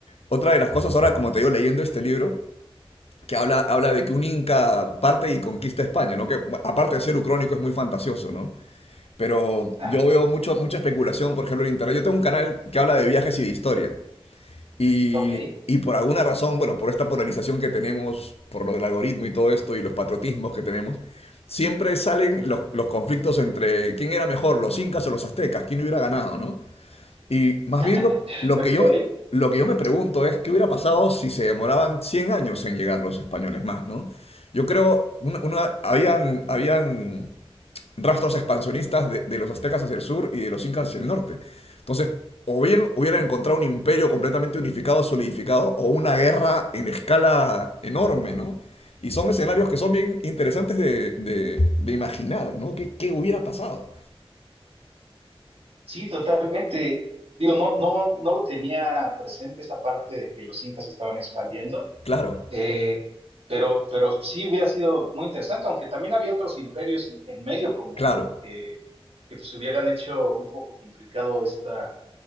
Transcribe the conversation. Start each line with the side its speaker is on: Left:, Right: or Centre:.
Left: Otra de las cosas ahora,
Right: Ujú,
Left: como te digo, leyendo este libro, que habla, habla de que un inca parte y conquista España, ¿no? Que bueno, aparte de ser ucrónico es muy fantasioso, ¿no? Pero
Right: Ajá,
Left: yo veo mucho, mucha especulación, por ejemplo, en internet. Yo tengo un canal que habla de viajes y de historia. Y,
Right: ok,
Left: y por alguna razón, bueno, por esta polarización que tenemos, por lo del algoritmo y todo esto, y los patriotismos que tenemos, siempre salen
Right: ujú.
Left: los, los conflictos entre quién era mejor, los incas o los aztecas, quién hubiera ganado, ¿no? Y más
Right: <laughs>
Left: bien lo, lo
Right: ok.
Left: que yo, lo que yo me pregunto es qué hubiera pasado si se demoraban 100 años en llegar los españoles más, ¿no? Yo creo, una, una- habían, habían rastros expansionistas de, de los aztecas hacia el sur y de los incas hacia el norte. Entonces, o bien hubieran encontrado un imperio completamente unificado, solidificado, o una guerra en escala enorme, ¿no? Y son escenarios que son bien interesantes de, de, de imaginar, ¿no? ¿Qué, qué hubiera pasado?
Right: Sí, totalmente. Digo, no, no, no lo tenía presente esa parte de que los incas estaban expandiendo
Left: Claro,
Right: Eh, pero, pero sí hubiera sido muy interesante, aunque también había otros imperios en medio como
Left: claro,
Right: eh, que pues hubieran hecho un poco complicado esta